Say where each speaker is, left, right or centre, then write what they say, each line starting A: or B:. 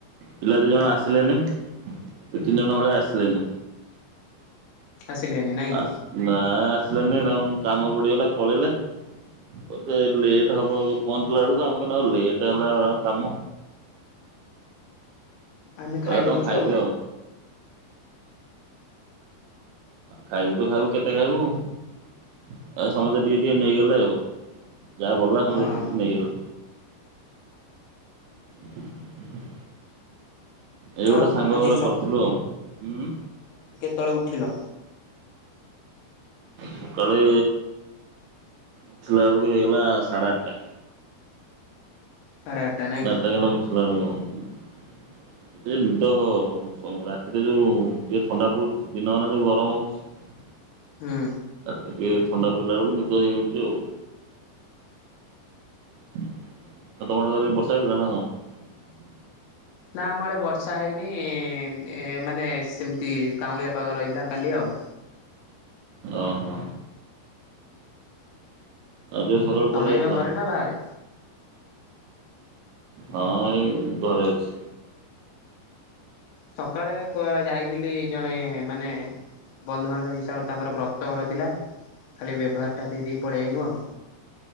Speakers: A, on the right; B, on the left.
A: ପିଲା ଦି ଜଣ ଆସିଲେନି ଦି ତିନି ଜଣ ଭଳିଆ ଆସିଲେନି।
B: ଆସି ଲେନି ନାହିଁକି?
A: ଆସ ନା ଆସିଲେନି କାମ ବଡିଗଲା ପଳେଇଲେ ଏବେ ଲେଟ୍ ହବ ପହଞ୍ଚିଲା ବେଳକୁ ଆମ ମାନଙ୍କର ଲେଟ୍ ହେଲା କାମ।
B: ଆମେ
A: ହେ
B: ଖାଇଦଉଛୁ
A: ତମେ ଖାଇଦିଅ।
B: ଆଉ
A: ଖାଇବୁ ତ ଖାଇବୁ କେତେ ଖାଇବୁ ଆଉ ସମସ୍ତେ ଟିକେ ଟିକେ ନେଇଗଲେ ଆଉ। ଯାହା ଭଳିଲା ସମସ୍ତେ
B: ହଁ
A: ଟିକେ ଟିକେ ନେଇଗଲେ। <unintelligible> ଏଇ
B: ଆଉ
A: ଗୋଟେ ସାଙ୍ଗ
B: ଆଜି
A: ଘରେ
B: ସ
A: କରିଥିଲୁ ଆଉ। ହଁ
B: ତଳେ ଉଠିଲ?
A: ସକାଳେ ଉଠିଲା ବେଳକୁ ହେଇଗଲା ସାଢେ ଆଠଟା।
B: ସାଢ଼େ ନାଇଁ
A: ସାଢେ
B: କି?
A: ଆଠଟା ହାଇଗଲା ଉଠିଲା ବେଳୁ। ଏ ନିଦ ରାତିରେ ଯୋଉ ଟିକେ ଥଣ୍ଡା ପଡୁଛି ଦିନମାନ ଯୋଉ ଗରମ ହଉଛି
B: ହୁଁ।
A: ରାତିରେ ଟିକେ ଥଣ୍ଡା ପଡ଼ିଲା ବେଳକୁ ନିଦ ହେଇଯାଉଛି ଆଉ। ଆଉ ତମ ଆଡେ କାଲି ବର୍ଷା ହେଇଥିଲା ନା କଣ?
B: ନା ଆମ ଆଡେ ବର୍ଷା ହେଇନି ଏ ମାନେ ସେମିତି କାଉାଉଁଳିଆ ପାାଗ ରହିଥିଲା କାଲି ଆଉ।
A: ଓ ହୋ। ଯୋଉ ସକାଳୁ କୁଆଡେ
B: ତମେ
A: ଯାଇଥିଲ?
B: ଏବେ ଘରେ ନା ବାହାରେ?
A: ହଁ ଏଇ ଘରେ ଅଛି।
B: ସକାଳେ ଯାଇଥିଲି ଜଣେ ମାନେ ବନ୍ଧୁବାନ୍ଧବ ହିସାବରେ ତାଙ୍କର ବ୍ରତ ଘର ଥିଲା ଖାଲି ବ୍ୟବହାରଟା ଦେଇ ଦେଇକି ପଳେଇ ଆସିଲୁ ଆଉ।